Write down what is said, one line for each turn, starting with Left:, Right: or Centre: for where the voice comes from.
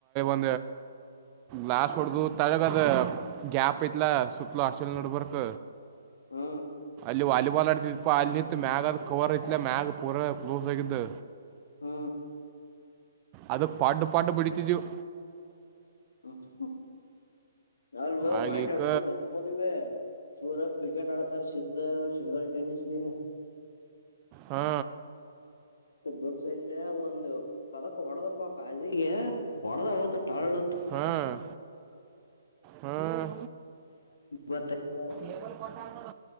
Right: ಅ ಲಾಸ್ಟ್ ಹೊಡದು ತಾಜಾಗದ ಗ್ಯಾಪ್ ಐತಲ ಸಟ್ಲ ಹಾಸ್ಟೆಲ್ ನೆಟವರ್ಕ್
Left: ಹ್ಮ
Right: ಅಲ್ಲಿ ವಾಲಿಬಾಲ್ ಆಡತಿದಪ್ಪ ಅಲ್ಲಿ ನಿಂತತ್ ಮ್ಯಾಗ್ ಆದ ಕವರ್ ಇತ್ತಲ ಮ್ಯಾಗ್ ಪೂರ ಕ್ಲೋಸ್ ಆಗಿದ್ದ್
Left: ಹ್ಮ
Right: ಅದಕ್ ಪಾಡು ಪಾಡು ಬಿಡಿತಿದವು
Left: <inaudible> ಅಲ್ವ
Right: ಆಗೀಕ
Left: ಮಾನ್ ಎಟ್ಟರು ಗಪ್ ಹೋದವೆ ಸೂರ ಕ್ರಿಕೆಟ್ ಅಡತಾರ ಸಿದ್ಧ ಸಿಂಗಲ್ ೆನಿಸ ಲ
Right: ಹಾ
Left: ಬಿರ್ಸೈತೆ ಒಂದು ಕದಕ್ ಹೊಡದಪ ಕಾಜಿಗೆ ಹೊಡದ ಟಾಳತ್
Right: ಹ್ಮ್ ಹ್ಮ್
Left: ಬತ್ತಲ್ಲ
Right: ಟಬಲ್ ಪಟ್ಟಾರ